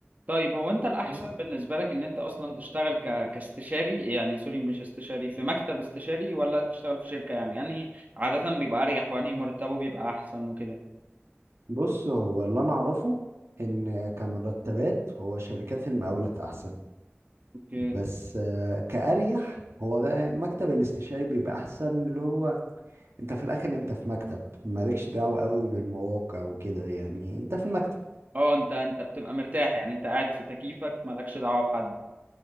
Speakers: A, on the right; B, on the right.
A: طيب هو انت الاحسن
B: بس
A: بالنسبه لك ان انت اصلا تشتغل ك... كاستشاري يعني سوري مش استشاري في مكتب استشاري ولا تشتغل في شركه يعني انهي عاده بيبقى اريح وانهي مرتبه بيبقى احسن وكده
B: بص هو اللي أنا أعرفه إن كمرتبات هو شركات المقاولات أحسن
A: اوكي
B: بس آه، كأريح هو غ- مكتب الاستشاري بيبقى أحسن اللي هو أنت في الآخر أنت في مكتب مالكش دعوة قوي بالمواقع وكده يعني أنت في المكتب
A: اه انت انت بتبقى مرتاح يعني انت قاعد في تكييفك مالكش دعوة بحد